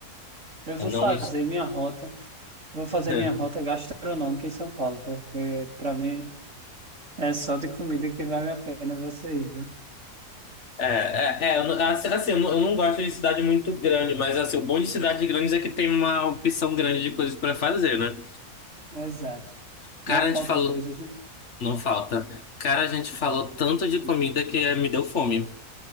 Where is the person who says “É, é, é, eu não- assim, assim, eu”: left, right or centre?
Left